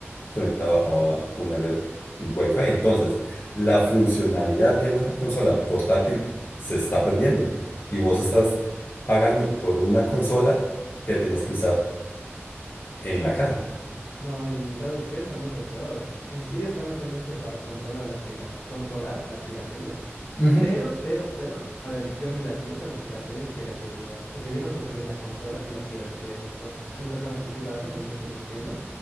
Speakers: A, on the left; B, on the left.
A: conectado a una red Wi-Fi. Entonces, la funcionalidad de una consola portátil se está perdiendo y vos estás pagando por una consola que tenés que usar en la casa.
B: No, y ¿sabes qué? Eso no es lo peor. En sí están haciendo esto para controlar la pila- controlar la piratería.
A: Ujú.
B: Pero, pero, pero, a ver, yo mira, si yo fuera un pirata, yo no piratearía, o sea, yo no compraría la consola y la piratería y las cosas. Hay personas que sí lo hacen, hay muchos, no entiendo.